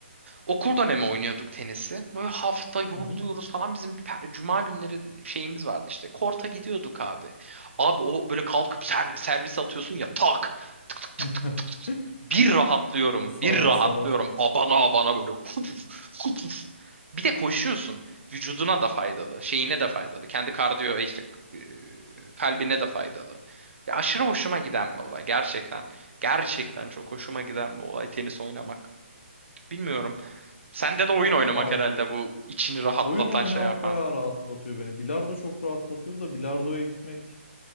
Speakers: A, on the right (about 65°); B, on the left (about 65°).
A: Okul dönemi oynuyorduk tenisi. Böyle hafta yoruluyoruz
B: Hı hı.
A: falan. Bizim bir per- cuma günleri şeyimiz vardı işte. Korta gidiyorduk abi. Abi o böyle kalkıp ser- servis atıyorsun ya tak. Tık tık tık
B: <laughs>
A: tık tık. tık. Bir rahatlıyorum.
B: Sarar
A: Bir rahatlıyorum.
B: sarar.
A: Abana abana böyle. hupuf, hupuf. Bir de koşuyorsun. Vücuduna da faydalı. Şeyine de faydalı. Kendi kardiyo işte e, kalbine de faydalı. Ya aşırı hoşuma giden bir olay. Gerçekten. Gerçekten çok hoşuma giden bir olay tenis oynamak. Bilmiyorum. Sende de oyun oynamak
B: Aa,
A: herhalde bu içini rahatlatan
B: oyun oynamak
A: şey yapan.
B: bayağı rahatlatıyor beni. Bilardo çok rahatlatıyor da bilardoya gitmek